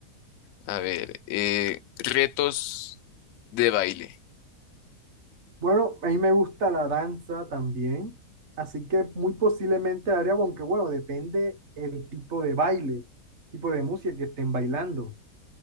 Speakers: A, on the left (about 70°); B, on the right (about 50°).
A: A ver, eh, retos de baile.
B: Bueno, a mí me gusta la danza también, así que muy posiblemente la haría, aunque bueno, depende el tipo de baile, tipo de música que estén bailando.